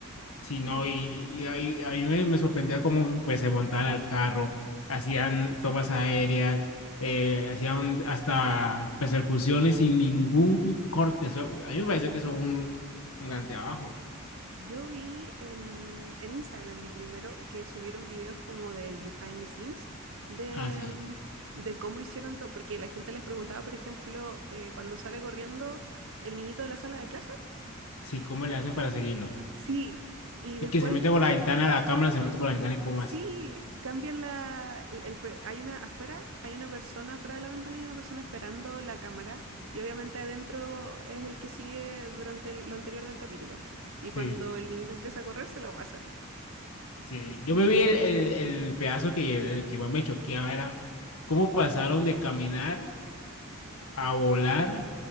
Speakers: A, on the left; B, on the right.
A: Sí,
B: Y
A: no, y, y ahí- a mí me, me sorprendía cómo pues, se montaban al carro, hacían
B: sí,
A: tomas aéreas, eh,
B: y
A: hacían hasta persecuciones sin ningún corte. Eso- a mí me pareció que eso fue un, un gante abajo.
B: yo vi en, en Instagram, vi primero que subieron videos como del behind the scenes de,
A: Ah, sí.
B: mm, de cómo hicieron todo, porque la gente les preguntaba, por ejemplo, eh, cuando sale corriendo el niñito de la sala de clase.
A: Sí, ¿cómo le hacen para seguirlo?
B: Sí, y después
A: Y que se mete
B: igual,
A: por la ventana, la cámara se mete por la ventana y cómo
B: sí,
A: hace.
B: cambian la, el, el pre- hay una afuera, hay una persona afuera de la ventana, hay una persona esperando la cámara y obviamente adentro es el que sigue durante el- lo anterior del capítulo. Y
A: Sí,
B: cuando el niñito empieza a correr, se lo pasan.
A: sí. Yo
B: Yo,
A: me vi el, el- el pedazo que, el que más me choqueaba era cómo pasaron de caminar a volar